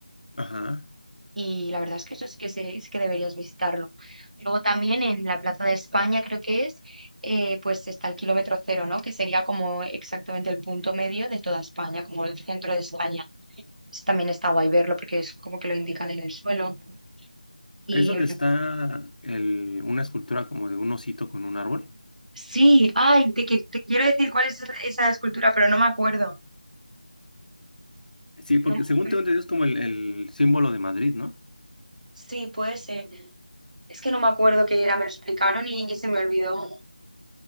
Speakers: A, on the left; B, on the right.
A: Ajá.
B: Y la verdad es que eso sí que, se- sí que deberías visitarlo. Luego también en la Plaza de España, creo que es, eh, pues está el kilómetro cero, ¿no? Que sería como exactamente el punto medio de toda España, como el centro de España. Eso también está guay verlo porque es como que lo indican en el suelo. Y
A: Es donde está el, una escultura como de un osito con un árbol.
B: sí, ay, te, qui- te quiero decir cuál es esa escultura, pero no me acuerdo.
A: Sí, porque
B: No me acuerdo.
A: según tengo entendido es como el, el símbolo de Madrid, ¿no?
B: Sí, puede ser. Es que no me acuerdo qué era, me lo explicaron y, y se me olvidó.